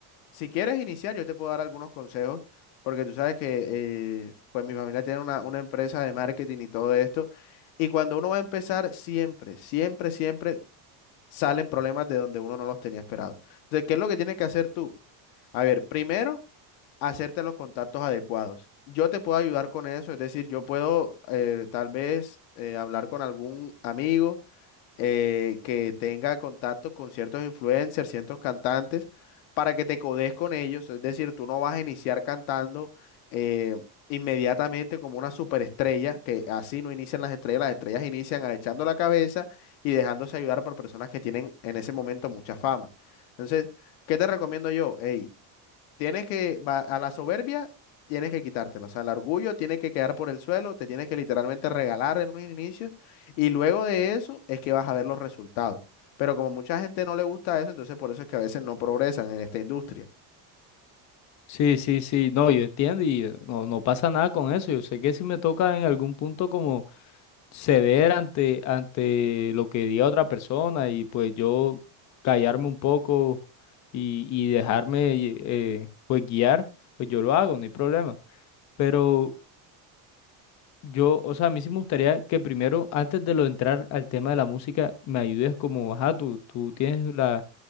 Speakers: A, on the left; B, on the left.
A: Si quieres iniciar, yo te puedo dar algunos consejos, porque tú sabes que eh, pues mi familia tiene una, una empresa de marketing y todo esto. Y cuando uno va a empezar, siempre, siempre, siempre salen problemas de donde uno no los tenía esperado. Entonces, ¿qué es lo que tienes que hacer tú? A ver, primero, hacerte los contactos adecuados. Yo te puedo ayudar con eso, es decir, yo puedo eh, tal vez eh, hablar con algún amigo eh, que tenga contacto con ciertos influencers, ciertos cantantes, para que te codes con ellos. Es decir, tú no vas a iniciar cantando eh, inmediatamente como una superestrella, que así no inician las estrellas, las estrellas inician agachando la cabeza y dejándose ayudar por personas que tienen en ese momento mucha fama. Entonces, ¿qué te recomiendo yo? Ey, Tienes que, va- a la soberbia, tienes que quitártela. O sea, el orgullo tiene que quedar por el suelo, te tienes que literalmente regalar en un inicio. Y luego de eso es que vas a ver los resultados. Pero como mucha gente no le gusta eso, entonces por eso es que a veces no progresan en esta industria.
B: Sí, sí, sí, no, yo entiendo y eh, no, no pasa nada con eso. Yo sé que si me toca en algún punto como ceder ante, ante lo que diga otra persona y pues yo callarme un poco y, y dejarme eh, pues guiar, pues yo lo hago, no hay problema. Pero yo, o sea, a mí sí me gustaría que primero, antes de lo entrar al tema de la música, me ayudes como, ajá, tú, tú tienes la,